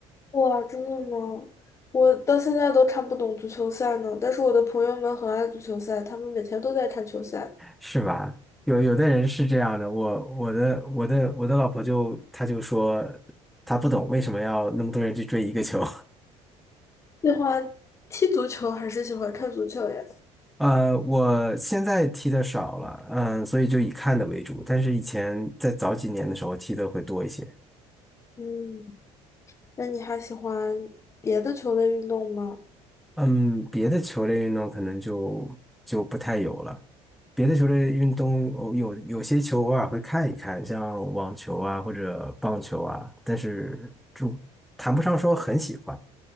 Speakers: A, on the left; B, in the centre.
A: 哇，真的吗？我到现在都看不懂足球赛呢，但是我的朋友们很爱足球赛，他们每天都在看球赛。
B: 是吧？有有的人是这样的，我我的我的我的老婆就她就说她不懂为什么要那么多人去追一个球。<laughs>
A: 喜欢踢足球还是喜欢看足球呀？
B: 呃，我现在踢的少了，嗯，所以就以看的为主。但是以前在早几年的时候踢的会多一些，
A: 嗯，那你还喜欢别的球类运动吗？
B: 嗯，别的球类运动可能就就不太有了。别的球类运动偶有有些球偶尔会看一看，像网球啊或者棒球啊，但是就谈不上说很喜欢。